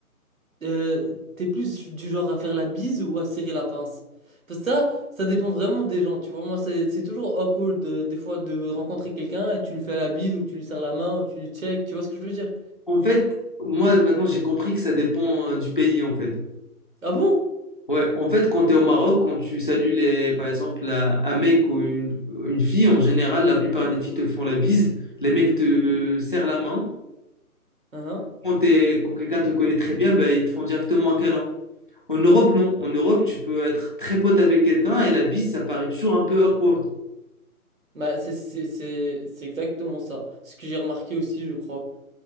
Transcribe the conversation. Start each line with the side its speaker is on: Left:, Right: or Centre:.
Right: Euh, t'es plus du genre à faire la bise ou à serrer la pince? Parce que ça, ça dépend vraiment des gens, tu vois. Moi, c'est c'est toujours awkward de- des fois de rencontrer quelqu'un et tu lui fais la bise ou tu lui serres la main ou tu lui check, tu vois ce que je veux dire?
Left: En fait, moi, maintenant, j'ai compris que ça dépend euh, du pays, en fait.
Right: Ah bon?
Left: Ouais, en fait, quand tu es au Maroc, quand tu salues, les, par exemple, un un mec ou une, une fille, en général, la plupart des filles te font la bise. Les mecs te euh, serrent la main.
Right: Uhum.
Left: Quand, t'es- quand quelqu'un te connaît très bien, bah, ils te font directement un câlin. En Europe, non. En Europe, tu peux être très pote avec quelqu'un et la bise, ça paraît toujours un peu awkward.
Right: Bah, c'est c'est- c'est- c'est exactement ça. Ce que j'ai remarqué aussi, je crois.